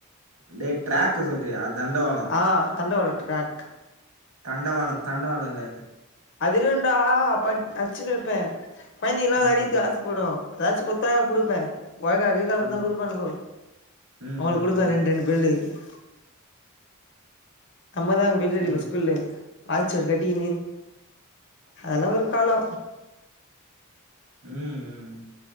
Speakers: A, on the right (about 65°); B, on the left (about 55°).
A: டேய் டிராக்கு சொல்றியா தண்டவாளம்
B: ஆ தண்டவாளோ ட்ராக்
A: தண்டவாளம் தண்டவாளம் இல்ல
B: அதிருண்டா அப்ப அடு அடிசிண்ட்டு இருப்பே கொழந்திங்கலா அத
A: ம்
B: அடிக்றத்துக்கு
A: ம்
B: ஆசைப்படு எதாச்சு கொட்தா கொடுப்பே கொயக்கா கிய்க்கா குடுத்தா
A: ம்
B: குடுப்பானுங்கோ
A: ம்
B: அவங்களுக்கு குடுப்பே
A: ம்
B: ரெண்டு ரெண்டு <unintelligible> <unintelligible> நம்மதா அங்க பெல் அடிப்போ
A: ம் ம்
B: ஸ்கூல்லே வாட்ச்சொருக் கட்டிக்கின்னு அதெல்லா ஒரு காலலோ
A: ம் ம்